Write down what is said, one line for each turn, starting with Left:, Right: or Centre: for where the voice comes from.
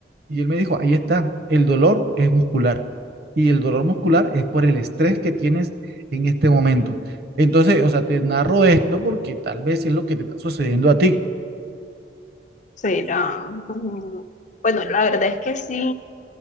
Right: Y él me dijo, ahí está, el dolor es muscular. Y el dolor muscular es por el estrés que tienes en este momento. Entonces, o sea, te narro esto porque tal vez es lo que te está sucediendo a ti.
Left: Será. mm, Bueno, la verdad es que sí,